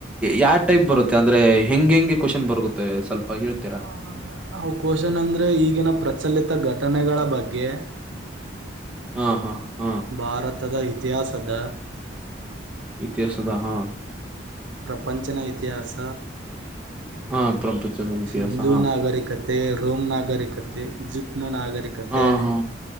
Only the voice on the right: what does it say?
ಹ ಹ ಅವು ಕ್ವಶನ್ ಅಂದ್ರೆ ಈಗಿನ ಪ್ರಚಲಿತ ಗಟ ಘಟನೆಗಳ ಬಗ್ಗೆ
ಭಾರತದ ಇತಿಹಾಸದ
ಪ್ರಪಂಚನ ಇತಿಹಾಸ
ಸಿಂಧು
ನಾಗರಿಕತೆ ರೋಮ್ ನಾಗರಿಕತೆ ಈಜಿಪ್ಟನ ನಾಗರಿಕತೆ